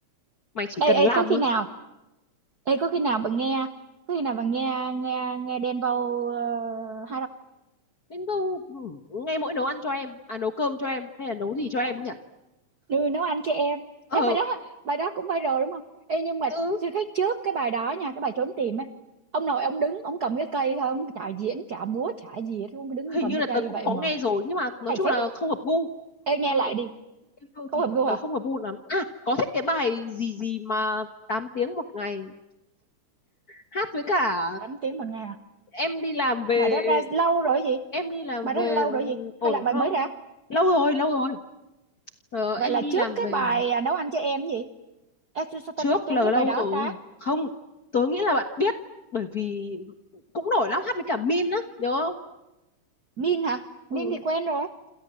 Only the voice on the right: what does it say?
ê
ê có khi nào ê có khi nào bạn nghe có khi nào bạn nghe nghe nghe Đen Vâu uh,
ừ, nấu ăn cho em
Ê, bài đó bài đó cũng viral đúng không Ê, nhưng mà
chưa thấy trước cái bài đó nha cái bài trốn tìm ấy ông nội ông đứng ông cầm cái cây thôi ông chả diễn chả múa chả gì hết ông cứ đứng
cầm
cái
cây
vậy
mà
hay
phết
ấy
Ê, nghe
lại đi
không
hợp gu hả?
Tám tiếng một ngày à
bài đó ra lâu rồi gì
bài
đó ra lâu
rồi gì hay
là bài
mới ra
vậy là
trước
cái
bài à, nấu ăn cho em gì Ê, sao, sao ta,
tôi
không biết
bài đó
ta
Min hả
Min thì quen rồi